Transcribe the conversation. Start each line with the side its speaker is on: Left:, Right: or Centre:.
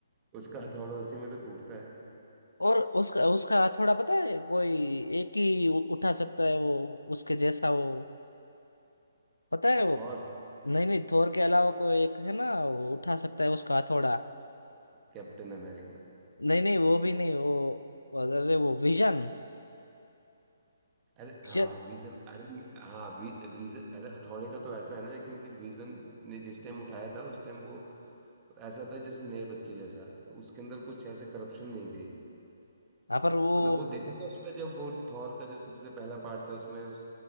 Right: उसका हथौड़ा उसी में तो टूटता है
Left: और उसका उसका हथौड़ा पता है कोई एक ही उ- उठा सकता है वो उसके जैसा वो पता है वो
Right: Thor
Left: नहीं नहीं थोर के अलावा कोई एक है ना वो उठा सकता है उसका हथौड़ा
Right: Captain America
Left: नहीं नहीं वो भी नहीं वो अरे वो विजन
Right: अरे
Left: विजन
Right: हाँ विजन अरे न- हाँ वी, विजन अरे हथौड़े का तो ऐसा है ना क्योंकि विजन ने जिस टाइम उठाया था उस टाइम वो ऐसा था जैसे नए बच्चे जैसा तो उसके अंदर कुछ ऐसे करप्शन नहीं थी
Left: हाँ पर वो
Right: मतलब वो देखा था उसमें जब वो थॉर का जो सबसे पहला पार्ट था उसमें उस